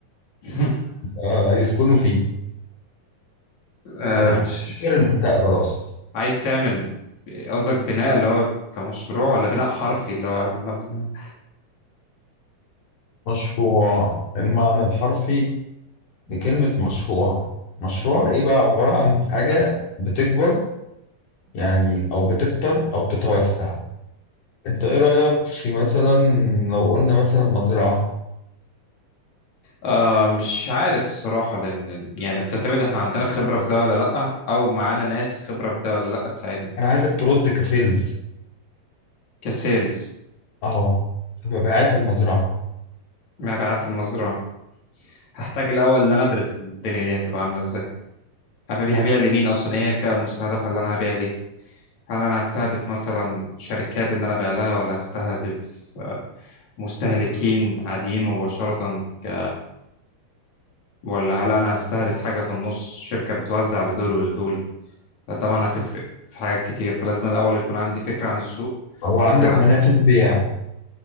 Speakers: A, on the left; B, on the left.
A: <laughs>
B: آه، يسكنوا فيه
A: آه،
B: يعني حاجة
A: مش
B: للمستقبل أصلا
A: عايز تعمل قصدك بناء اللي هو كمشروع ولا بناء حرفي اللي هو مبنى
B: مشروع المعنى الحرفي لكلمة مشروع مشروع ايه بقى عبارة عن حاجة بتكبر يعني او بتكتر او تتوسع انت ايه رأيك في مثلا لو قلنا مثلا مزرعة
A: آه مش عارف الصراحة لأن يعني بتعتمد احنا عندنا خبرة في ده ولا لأ أو معانا ناس خبرة في ده ولا لأ تساعدنا
B: انا عايزك ترد كسيلز
A: كسيلز
B: اهو في مبيعات المزرعة
A: مبيعات المزرعة هحتاج الأول إن أنا أدرس الدنيا دي هتبقى عاملة إزاي هبقى هبيع لمين أصلا إيه هي الفئة المستهدفة اللي أنا هبيع ليها هل أنا هستهدف مثلا شركات إن أنا أبيع لها ولا هستهدف آه، مستهلكين عاديين مباشرة ك... ولا هل أنا هستهدف حاجة في النص شركة بتوزع لدول ولدول فطبعا هتفرق في حاجات كتير فلازم الأول يكون عندي فكرة عن السوق
B: هو
A: وفكرة
B: عندك
A: عن
B: منافذ بيع